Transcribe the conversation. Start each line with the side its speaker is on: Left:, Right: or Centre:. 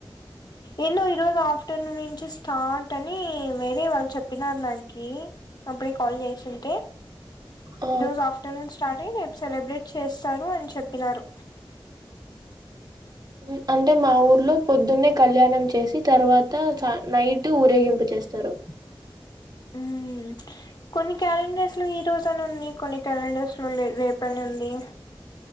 Left: ఏందో ఈరోజు ఆఫ్టర్నూన్ నుంచి స్టార్ట్ అని వేరే వాళ్ళు చెప్పినారు నాకి అప్పుడే కాల్ చేసింటే
Right: ఆ
Left: ఈ రోజు ఆఫ్టర్నూన్ స్టార్ట్ నేనే ఏప్ సెలబ్రేట్ చేస్తాను అని చెప్పినారు
Right: మ్ అంటే మా ఊర్లో పొద్దున్నే కళ్యాణం చేసి తర్వాత సా నైటు ఊరేగింపు చేస్తారు
Left: మ్మ్ ప్చ్ కొన్ని క్యాలెండర్స్ లో ఈ రోజన్ని ఉంది కొన్ని క్యాలెండర్స్ లో లే రేపని ఉంది